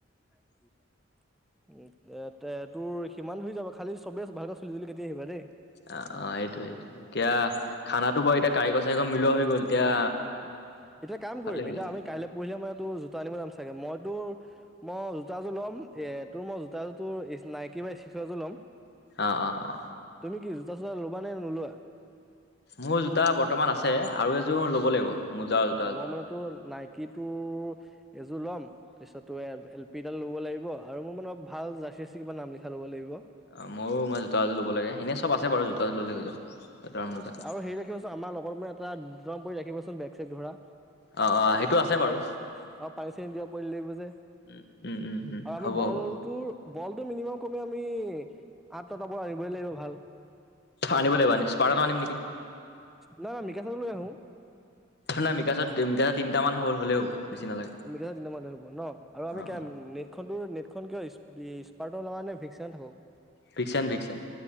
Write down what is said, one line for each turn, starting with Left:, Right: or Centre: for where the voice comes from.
Centre: <unintelligible> উ এ তে তোৰ সিমান হৈ যাবা খালি চবে ভালকে চুলি তুলি কাটি আহিবা দেই।
Left: অ অ সেইটোয়ে সেইটো এতিয়া খানাটো বাৰু এতিয়া কাৰিকৰ চাৰিকৰ মিলোৱা হৈ গ'ল এতিয়া
Centre: উম এতিয়া কাম
Left: ভালেই
Centre: কৰিম
Left: হ'ল
Centre: এতিয়া আমি কাইলৈ প ত জোতা আনিব যাম চাগে মই তোৰ মই জোতাযোৰ ল'ম এ তোৰ মই জোতা তেওঁৰ নাইকি বা <unintelligible> ল'ম।
Left: অ অ অ
Centre: তুমি কি জোতা চোতা ল'ব নে নোলোৱা?
Left: মোৰ জোতা বৰ্তমান আছে আৰু এযোৰ ল'ব লাগিব। মোজা আৰু জোতা
Centre: অ
Left: এযোৰ
Centre: মই মান তোৰ নাইকিটোৰ এযোৰ ল'ম তাৰিছতো এল পিডাল ল'ব লাগিব আৰু মোৰ মানে অপ ভাল জাৰ্চি কিবা নাম লিখা ল'ব লাগিব।
Left: অ ময়ো মই জোতা এযোৰ ল'ব লাগে এনেই চব আছে বাৰু জোতা এযোৰ
Centre: অ
Left: ললে হৈ যাব জোতা আৰু
Centre: আচ্ছা
Left: মোজা।
Centre: আচ্ছা হেৰি ৰাখিবাচোন আমাৰ লগত মানে এটা দৰং পৰি ৰাখিবচোন বেগ চাইট ধৰা।
Left: অ অ সেইটো আছে বাৰু
Centre: অ অ পাৰছে যোৱা পৰিল লাগিব যে।
Left: উম উম উম উম
Centre: আৰু আমি
Left: হ'ব
Centre: বলটোৰ
Left: হ'ব
Centre: বলটো মিনিমাম কমে আমি আঠ নতা বল আনিবই লাগিব ভাল।
Left: আনিব লাগিব আ <unintelligible> আনিম নেকি?
Centre: ন ন মিকা চত লৈ আহো।
Left: নাই মিকাচৰ মিকা তিনিটা মান হ'ল হলে হ'ব। বেছি নালাগে
Centre: অমিকা দিতিমলৈ হ'ব ন আৰু আমি
Left: অ অ
Centre: নেটখন তোৰ নেটখন কিয় স্পাৰ্টৰ লগা নে ভিকস থাকক?
Left: Vixen Vixen.